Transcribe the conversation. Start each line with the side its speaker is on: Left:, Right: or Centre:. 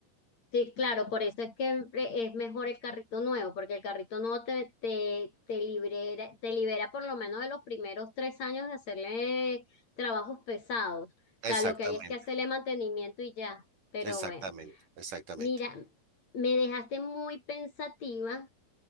Left: Sí, claro, por eso es que pre- es mejor el carrito nuevo, porque el carrito nuevo te, te, te libera, te libera por lo menos de los primeros tres años de hacerle trabajos pesados. O
Right: Exactamente.
Left: sea, lo que hay es que hacerle mantenimiento y ya. Pero
Right: Exactamente,
Left: bueno,
Right: exactamente.
Left: mira, me dejaste muy pensativa